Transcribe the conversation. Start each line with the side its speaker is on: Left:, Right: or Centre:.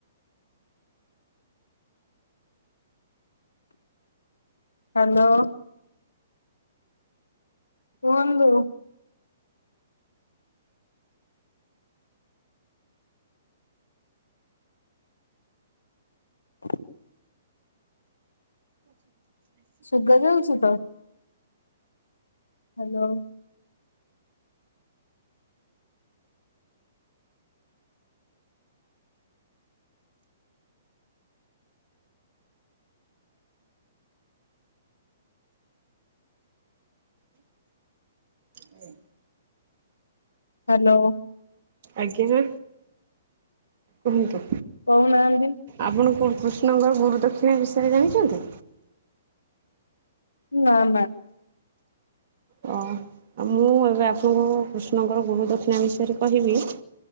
Left: ହ୍ୟାଲୋ। କୁହନ୍ତୁ। ହ। <inaudible>
Right: ପଛ। <inaudible>
Left: ସୁଭା ଯାଉଛି ତ। ହ୍ୟାଲୋ।
Right: ହୁଁ।
Left: ହ୍ୟାଲୋ।
Right: ଆଜ୍ଞା କୁହନ୍ତୁ।
Left: କହୁନାହାନ୍ତି
Right: ଆପଣ କୃଷ୍ଣଙ୍କ ଗୁରୁ ଦକ୍ଷିଣା ବିଷୟରେ ଜାଣିଛନ୍ତି।
Left: ନାଁ ନାଁ।
Right: ଓ ମୁଁ ଏବେ ଆପଣଙ୍କୁ କୃଷ୍ଣଙ୍କର ଗୁରୁ ଦକ୍ଷିଣା ବିଷୟରେ କହିବି।